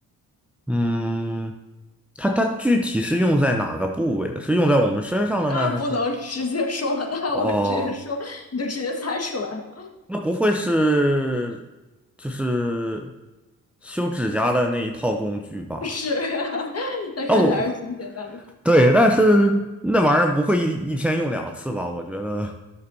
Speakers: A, in the centre; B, on the left.
A: 嗯，它它具体是用在哪个部位的？是用在我们身上的呢，
B: 那不能直接说了，
A: 还是？
B: 那我直接说，
A: 哦，
B: 你就直接猜出来了。
A: 那不会是就是修指甲的那一套工具吧？
B: 是，<laughs> 那看起来还是挺简单的。
A: 哦，对，但是那玩意儿不会一一天用两次吧？我觉得，